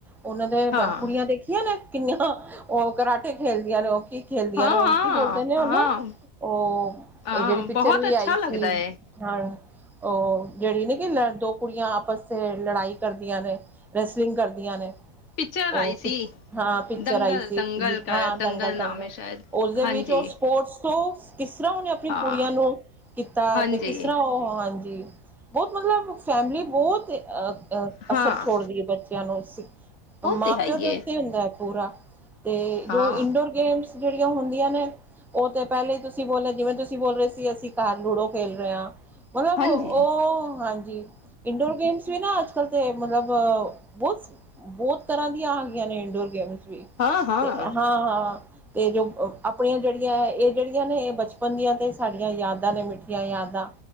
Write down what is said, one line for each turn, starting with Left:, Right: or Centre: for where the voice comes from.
Centre: ਉਹਨਾਂ ਦੇ
Left: ਹਾਂ-ਹਾਂ-ਹਾਂ
Centre: ਕੁੜੀਆਂ ਦੇਖੀਆਂ ਨੇ ਕਿੰਨੀਆਂ ਉਹ ਕਰਾਟੇ ਖੇਲਦੀਆਂ ਨੇ ਉਹ ਕਿ ਖੇਲਦੀਆਂ
Left: ਹਾਂ
Centre: ਨੇ ਉਹ ਕੀ ਬੋਲਦੇ
Left: ਹਾਂ
Centre: ਨੇ
Left: ਹਾਂ
Centre: ਉਹਨੂੰ
Left: ਹਾਂ
Centre: ਉਹ
Left: ਹਾਂ
Centre: ਇਹ ਜਿਹੜੀ ਪਿਕਚਰ
Left: ਬਹੁਤ
Centre: ਵੀ
Left: ਅੱਛਾ
Centre: ਆਈ
Left: ਲੱਗਦਾ
Centre: ਸੀ।
Left: ਏ
Centre: ਹਾਂ, ਉਹ ਜਿਹੜੀ ਨੇ ਕਿ ਲੈ ਦੋ ਕੁੜੀਆਂ ਆਪਸ 'ਚ ਲੜਾਈ ਕਰਦੀਆਂ ਨੇ। ਰੈਸਲਿੰਗ ਕਰਦੀਆਂ ਨੇ।
Left: ਪਿਕਚਰ
Centre: ਉਹ
Left: ਆਈ ਸੀ
Centre: ਪਿਕ ਹਾਂ, ਪਿਕਚਰ
Left: ਦੰਗਲ-ਦੰਗਲ
Centre: ਆਈ ਸੀ, ਯੁ
Left: ਕਰ
Centre: ਹਾਂ
Left: ਦੰਗਲ
Centre: ਦੰਗਲ-ਟੰਗਲ।
Left: ਨਾਮ ਏ ਸ਼ਾਇਦ
Centre: ਉਸਦੇ
Left: ਹਾਂਜੀ
Centre: ਵਿੱਚ ਉਹ ਸਪੋਰਟਸ ਸੋ ਕਿਸ ਤਰ੍ਹਾਂ ਉਹਨੇ ਆਪਣੀ
Left: ਹਾਂ
Centre: ਕੁੜੀਆਂ ਨੂੰ ਕੀਤਾ,
Left: ਹਾਂਜੀ
Centre: ਤੇ ਕਿਸ ਤਰ੍ਹਾਂ ਉਹ ਹਾਂਜੀ। ਬਹੁਤ ਮਤਲਬ ਫੈਮਿਲੀ ਬਹੁਤ
Left: ਹਾਂ
Centre: ਅਸਰ ਛੋੜਦੀਏ ਬੱਚਿਆਂ ਨੂੰ, ਮਾਂ-ਪਿਓ
Left: ਉਹ ਤੇ ਹੈ
Centre: ਦੇ ਉੱਤੇ
Left: ਏ
Centre: ਹੀ ਹੁੰਦਾ ਹੈ ਪੂਰਾ ਤੇ
Left: ਹਾਂ
Centre: ਜੋ ਇਨਡੋਰ ਗੇਮਸ ਜਿਹੜੀਆਂ ਹੁੰਦੀਆਂ ਨੇ ਉਹ ਤੇ ਪਹਿਲੇ ਹੀ ਤੁਸੀਂ ਬੋਲਿਆ ਜਿਵੇਂ ਤੁਸੀਂ ਬੋਲ ਰਹੇ ਸੀ, ਅਸੀਂ ਘਰ ਲੂਡੋ ਖੇਲ ਰਹੇ ਹਾਂ। ਮਤਲਬ
Left: ਹਾਂਜੀ
Centre: ਉਹ ਹਾਂਜੀ, ਇੰਡੋਰ ਗੇਮਸ ਵੀ ਨਾ ਅੱਜ-ਕੱਲ ਤੇ ਮਤਲਬ ਬਹੁਤ-ਬਹੁਤ ਤਰ੍ਹਾਂ ਦੀਆਂ ਆਗੀਆਂ ਨੇ ਇਨਡੋਰ ਗੇਮਸ ਵੀ।
Left: ਹਾਂ-ਹਾਂ
Centre: ਤੇ ਹਾਂ-ਹਾਂ ਤੇ ਜੋ ਆਪਣੀਆਂ ਜਿਹੜੀਆਂ ਇਹ ਜਿਹੜੀਆਂ ਨੇ ਇਹ ਬਚਪਨ ਦੀਆਂ ਤੇ ਸਾਡੀਆਂ ਯਾਦਾਂ ਨੇ ਮਿੱਠੀਆਂ ਯਾਦਾਂ,